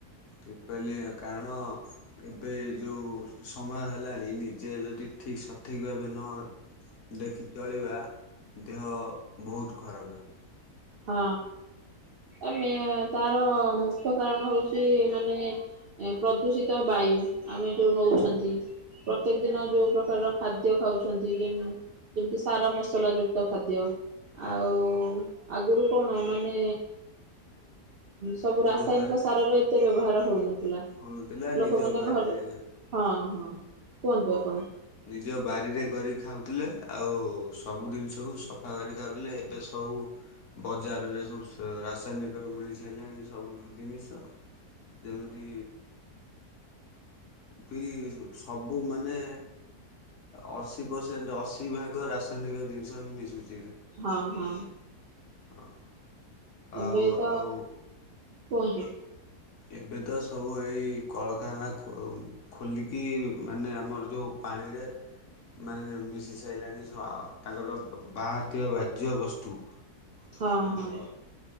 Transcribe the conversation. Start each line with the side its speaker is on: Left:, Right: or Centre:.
Left: ଠିକ କହିଲେ କାରଣ ଏବେ ଯୋଉ ସମୟ ହେଲାଣି ନିଜେ ଯଦି ଠିକ ସ ଠିକ୍ ଭାବେ ନ ଦେଖି ଚଳିବା ଦେହ ବହୁତ ଖରାପ ରହିବ।
Right: ହଁ ଆମେ ତାର ମୁଖ୍ୟ କାରଣ ହଉଛି ମାନେ ଏ ପ୍ରଦୂଷିତ ବାୟୁ ଆମେ ଯୋଉ ନଉଛନ୍ତି। ପ୍ରତ୍ୟେକ ଦିନ ଯୋଉ ପ୍ରକାରର ଖାଦ୍ୟ ଖାଉଛନ୍ତି ଯେମି ଯେମିତି ସାର ମସଲା ଯୁକ୍ତ ଖାଦ୍ୟ।
Left: ଛାଡନ୍ତୁ।
Right: ଆଉ ଆଗରୁ କଣ ମାନେ ସବୁ
Left: ନିଜ
Right: ରାସାୟନିକ
Left: ବାରି
Right: ସାରରେ ଏତେ ବ୍ୟବହାର ହଉନଥିଲା
Left: ହଣୁଥିଲା
Right: ଲୋକମାନେ
Left: ନିଜ ବାରିରେ
Right: ଘରେ
Left: କରି
Right: ହଁ ହଁ କୁହନ୍ତୁ ଆପଣ?
Left: ନିଜ ବାରିରେ କରି ଖାଉଥିଲେ ଆଉ ସବୁ ଜିନିଷକୁ ସଫା କରି ଖାଉଥିଲେ ଏବେ ସବୁ ବଜାରରେ ସବୁ ରାସାୟନିକ ମିଳି ସାରିଲାଣି ସବୁ ଜିନିଷ। ଯେମିତି ବି ସବୁ ଉ ମାନେ ଅଶୀ ପରସେଣ୍ଟ ଅଶି ଭାଗ ରାସାୟନିକ ଜିନିଷ ହିଁ ମିଶୁଛି।
Right: ହଁ ହଁ।
Left: ହଁ
Right: ଏବେ
Left: ଆଉ
Right: ତ
Left: ଆଉ।
Right: କୁହନ୍ତୁ?
Left: ଏବେ ତ ସବୁ ଏଇ କଳଖାନା ଖୋ ଖୋଲିକି ମାନେ ଆମର ଯୋଉ ପାଣିରେ ମାନେ ମିଶି ସାରିଲାଣି ତାଙ୍କର ବାହାରୁଥିବା ବାଜ୍ୟ ବସ୍ତୁ। <inaudible>
Right: ହଁ
Left: ଆଉ
Right: ହଁ।